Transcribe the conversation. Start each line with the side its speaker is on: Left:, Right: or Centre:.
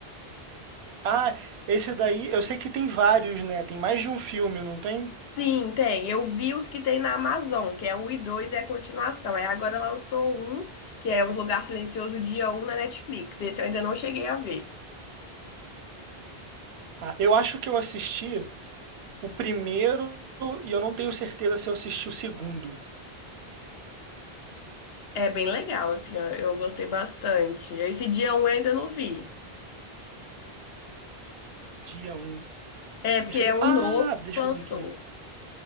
Right: Ah, esse daí, eu sei que tem vários, né? Tem mais de um filme, não tem?
Left: Sim, tem. Eu vi os que tem na Amazon, que é o 1 e 2 é a continuação. Aí agora lançou um, que é Um Lugar Silencioso, dia um na Netflix. Esse eu ainda não cheguei a ver.
Right: Ah, eu acho que eu assisti o primeiro e eu não tenho certeza se eu assisti o segundo.
Left: É bem legal, assim, ó, eu gostei bastante. Esse dia um eu ainda não vi.
Right: Dia um.
Left: É, porque
Right: Deixa
Left: é
Right: eu.
Left: um
Right: Ah,
Left: novo
Right: deixa
Left: que lançou.
Right: eu ver aqui.